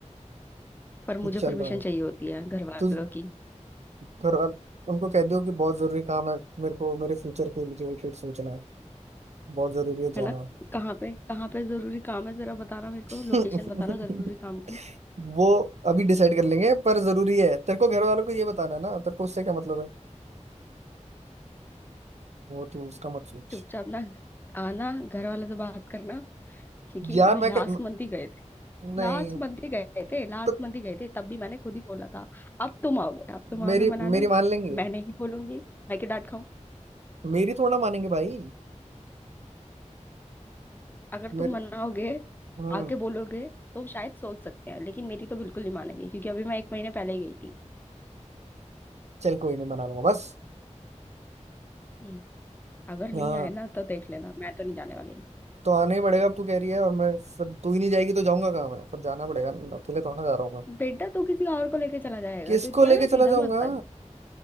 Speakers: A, on the left; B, on the right.
A: पर मुझे
B: कि चल
A: परमिशन
B: रहा है
A: चाहिए होती है घर वालों
B: तू
A: की
B: घर वाल- उनको कह दियो कि बहुत जरूरी काम है मेरे को मेरे फ्यूचर के लिए रिलेटेड सोचना है बहुत जरूरी है
A: है
B: जाना
A: ना कहाँ पे कहाँ पे जरूरी काम है जरा बताना मेरे को लोकेशन
B: <laughs>
A: बताना जरूरी काम की
B: वो अभी डिसाइड कर लेंगे पर जरूरी है तेरे को घर वालों को ये बताना है ना तेरे को उससे क्या मतलब है वो तू उसका मत सोच
A: चुपचाप ना आना घर वालों से बात करना क्योंकि
B: यार
A: अभी
B: मैं
A: लास्ट
B: क-
A: मंथ ही गए थे
B: नहीं
A: लास्ट मंथ ही गए थे लास्ट
B: तो
A: मंथ ही गए थे तब भी मैंने खुद ही बोला था अब तुम आओगे अब तुम
B: मेरी
A: आओगे मनाने
B: मेरी मान लेंगे
A: मैं नहीं बोलूंगी मैं क्यों डांट
B: मेरी थोड़ा ना मानेंगे भाई
A: अगर
B: मेरी
A: तुम मनाओगे
B: हम्म
A: आके बोलोगे तो शायद सोच सकते हैं लेकिन मेरी तो बिल्कुल नहीं मानेगी क्योंकि अभी मैं एक महीने पहले ही गई थी
B: चल कोई नहीं मना लूंगा बस
A: हम्म, अगर नहीं
B: हाँ
A: आए ना तो देख लेना मैं तो नहीं जाने वाली
B: तो आना ही पड़ेगा अब तू कह रही है और मैं फिर तू ही नहीं जाएगी तो जाऊंगा कहाँ मैं फिर जाना पड़ेगा ना अकेले थोड़ा जा रहा हूँ मैं
A: बेटा तू किसी और को लेके चला जाएगा
B: किसको
A: तो इतना
B: लेके
A: ना सीधा
B: चला जाऊंगा
A: मत बन